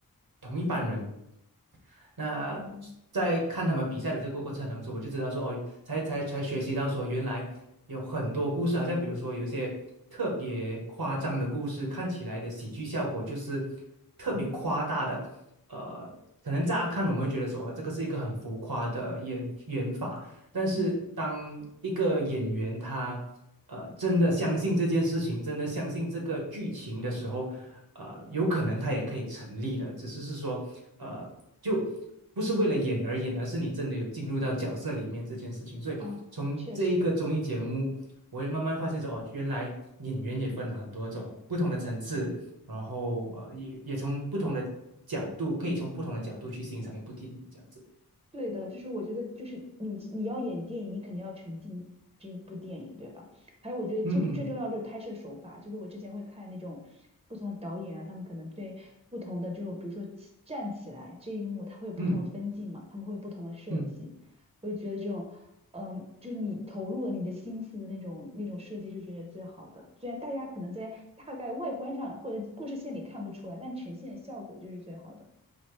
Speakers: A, on the right; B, on the right.
A: 同一班人。那在看他们比赛的这个过程当中，
B: 嗯
A: 我就知道说哦，才才才学习到说原来有很多故事啊，好像比如说有一些特别夸张的故事，看起来的喜剧效果就是特别夸大的。呃，可能乍看我们会觉得说啊这个是一个很浮夸的演演法，但是当一个演员他呃真的相信这件事情，
B: 嗯
A: 真的相信这个剧情的时候，呃，有可能他也可以成立的，只是是说呃就。不是为了演而演，而是你真的有进入到角色里面这件事情，所以从这一个综艺节目，
B: 啊，确实。
A: 我也慢慢发现说，哦，原来演员也分很多种不同的层次，然后呃，也也从不同的角度，可以从不同的角度去欣赏一部电影，这样子。
B: 对的，就是我觉得，就是你你要演电影，你肯定要沉浸这一部电影，对吧？还有，我觉得这部最重要就是拍摄手法，
A: 嗯嗯
B: 就是我之前会看那种不同的导演啊，他们可能对不同的这种，比如说起站起来这一幕，他会有不同的分镜嘛，
A: 嗯
B: 他们会有不同的设计。
A: 嗯，
B: 我就觉得这种，嗯，就是你投入了你的心思的那种那种设计，就觉得最好的。虽然大家可能在大概外观上或者故事线里看不出来，但呈现效果就是最好的。